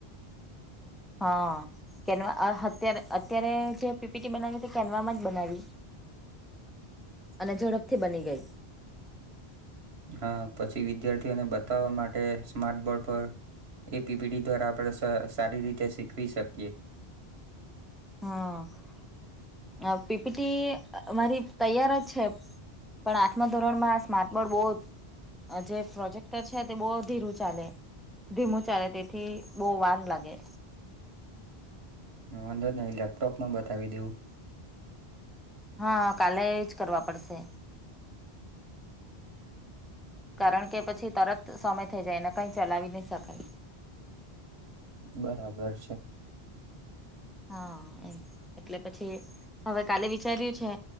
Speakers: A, in the centre; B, on the right.
A: હા કેનવા અત્યારે અત્યારે જે પીપીટી બનાવી તે કેનવામાં જ બનાવી
B: <inaudible>
A: અને ઝડપથી બની ગઈ
B: હા પછી વિદ્યાર્થીઓને બતાવવા માટે સ્માર્ટ બોર્ડ પર એ પીપીડી દ્વારા આપડે સારી રીતે શીખવી શકીએ
A: હા પીપીટી મારી તૈયાર જ છે પણ આથમા ધોરણમાં સ્માર્ટ બોર્ડ બહુ આ જે પ્રોજેક્ટર છે તે બહ ધીરું ચાલે ધીમું ચાલે તેથી બહુ વાર લાગે
B: હ વાંધો જ નહી લેપટોપમાં બતાવી દેવું
A: હા કાલે જ કરવા પડશે કારણ કે પછી તરત સમય થઈ જાય એને કઈ ચલાવી નહી શકાય
B: બરાબર છે
A: હા એમ એટલે પછી હવે કાલે વિચાર્યું છે